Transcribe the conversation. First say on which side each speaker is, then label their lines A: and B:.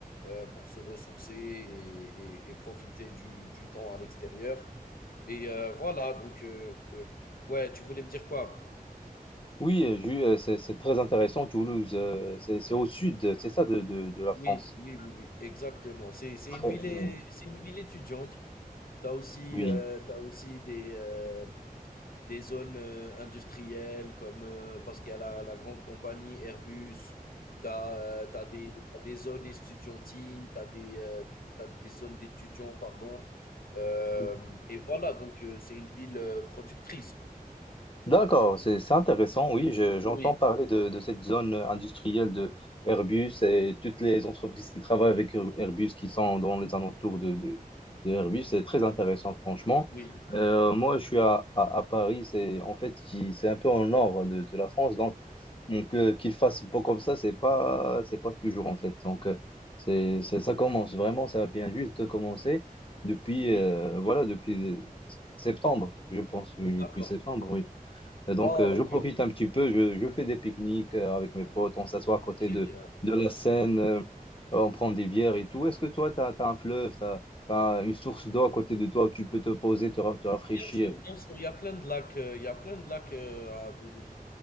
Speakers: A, on the left; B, on the left.
A: heu, pour se ressourcer et et et profiter du du temps à l'extérieur. Mais, heu, voilà donc, heu, ouais, tu voulais me dire quoi?
B: Oui, euh, ju- euh, c'est c'est très intéressant, Toulouse. euh, C'est c'est au sud, c'est ça, de, de, de la France.
A: Oui, oui, oui, oui, exactement. C'est c'est
B: Très-
A: une ville
B: oui,
A: é c'est une ville étudiante. Tu as aussi,
B: oui.
A: heu, tu as aussi des, heu des zones euh, industrielles comme euh, parce qu'il y a la, la grande compagnie Airbus, tu as, des, t'as des zones étudiantines, tu as, des euh, t'as des zones d'étudiants, pardon. Euh,
B: oui.
A: et voilà, donc euh, c'est une ville euh, productrice.
B: D'accord, c'est c'est intéressant, oui, je- j'entends
A: Oui,
B: parler de, de cette zone industrielle de Airbus et toutes les entreprises qui travaillent avec Air- Airbus qui sont dans les alentours de, de, de Airbus, c'est très intéressant franchement.
A: oui,
B: Euh, moi, je suis à, à, à Paris, c'est en fait qui- c'est un peu en nord de, de la France, donc donc, euh, qu'il fasse beau comme ça, c'est pas c'est pas toujours en fait. Donc euh, c'est c'est- ça commence vraiment, ça vient juste de commencer depuis
A: oui,
B: euh, voilà depuis euh, septembre, je pense, oui, depuis
A: d'accord.
B: septembre, oui. Et donc,
A: Oh,
B: euh, je
A: ok,
B: profite
A: ok,
B: un petit peu, je, je fais des pique-niques euh, avec mes potes, on s'assoit
A: c'est
B: à côté
A: très
B: de,
A: bien.
B: de la Seine, euh, on prend des bières et tout. Est-ce que toi, tu as, un fleuve, tu as, une source d'eau à côté de toi où tu peux te poser, te, ra- te rafraîchir?
A: Bien sûr, bien sûr, il y a plein de lacs, heu, il y a plein de lacs, heu, à Toulouse.